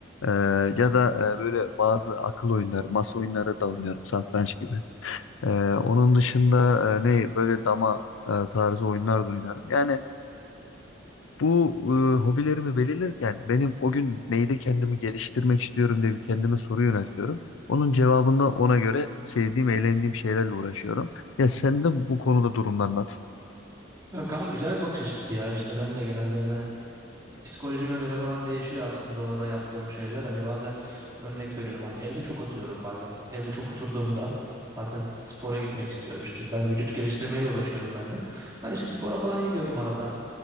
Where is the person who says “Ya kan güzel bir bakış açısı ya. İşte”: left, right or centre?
Right